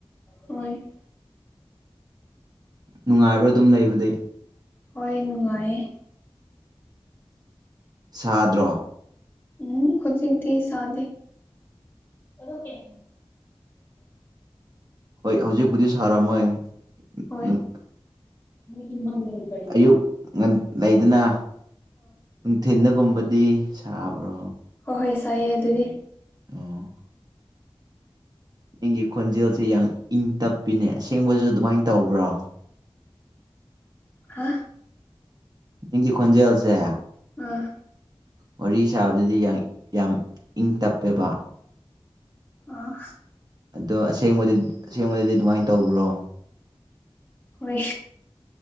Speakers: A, on the left (about 20°); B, on the right (about 40°).
A: ꯍꯣꯏ
B: ꯅꯨꯡꯉꯥꯏꯕ꯭ꯔꯥ ꯑꯗꯨꯝ ꯂꯩꯕꯗꯤ
A: ꯍꯣꯏ ꯅꯨꯡꯉꯥꯏꯌꯦ
B: ꯁꯥꯗ꯭ꯔꯣ
A: ꯎꯝ ꯍꯧꯖꯤꯛꯇꯤ ꯁꯥꯗꯦ ꯑꯣ ꯀꯦ
B: ꯍꯣꯏ ꯍꯧꯖꯤꯛꯄꯨꯗꯤ ꯁꯥꯔꯝꯃꯣꯏ
A: ꯍꯣꯏ
B: ꯑꯗꯨꯝ
A: ꯃꯣꯏꯒꯤ ꯃꯒꯔ
B: ꯑꯌꯨꯛ ꯉꯟ ꯂꯩꯗꯅ ꯅꯨꯡꯊꯤꯟꯗꯒꯨꯝꯕꯗꯤ ꯁꯥꯕ꯭ꯔꯣ
A: ꯑꯍꯣꯏ ꯁꯥꯏꯌꯦ ꯑꯗꯨꯗꯤ
B: ꯑꯣ ꯅꯪꯒꯤ ꯈꯣꯟꯖꯦꯜꯁꯦ ꯌꯥꯡ ꯏꯪ ꯇꯞꯄꯤꯅꯦ ꯑꯁꯦꯡꯕꯁꯨ ꯑꯗꯨꯃꯥꯏꯅ ꯇꯧꯕ꯭ꯔꯣ
A: ꯍꯥ
B: ꯅꯪꯒꯤ ꯈꯣꯟꯖꯦꯜꯁꯦ
A: ꯑꯥ
B: ꯋꯥꯔꯤ ꯁꯥꯕꯗꯗꯤ ꯌꯥꯡ ꯌꯥꯝ ꯏꯪ ꯇꯞꯄꯦꯕ
A: ꯑꯥ
B: ꯑꯗꯣ ꯑꯁꯦꯡꯕꯗꯤ ꯑꯁꯦꯡꯕꯗꯗꯤ ꯑꯗꯨꯃꯥꯏꯅ ꯇꯧꯕ꯭ꯔꯣ
A: ꯍꯣꯏ